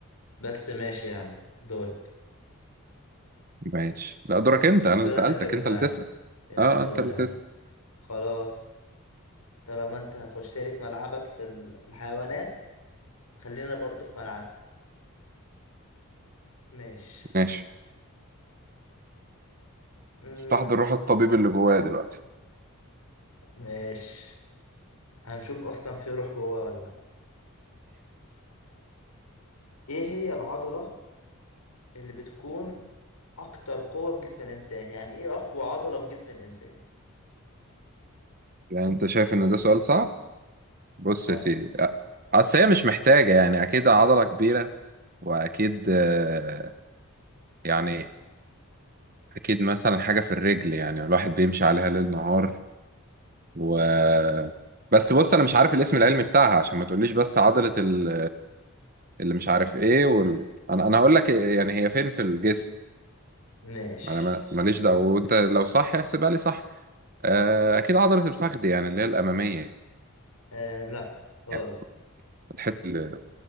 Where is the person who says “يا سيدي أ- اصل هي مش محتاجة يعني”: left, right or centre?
Right